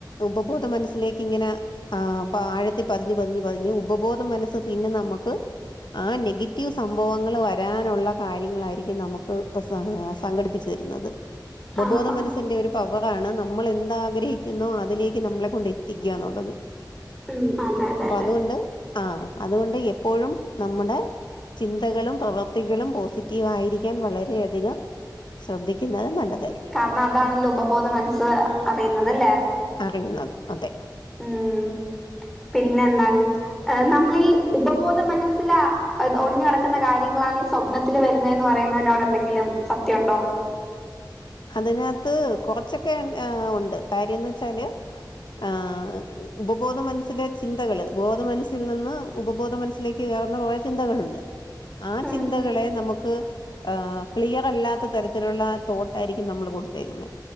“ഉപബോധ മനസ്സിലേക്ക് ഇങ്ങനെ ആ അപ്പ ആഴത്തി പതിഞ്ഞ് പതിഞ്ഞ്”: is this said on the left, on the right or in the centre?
Left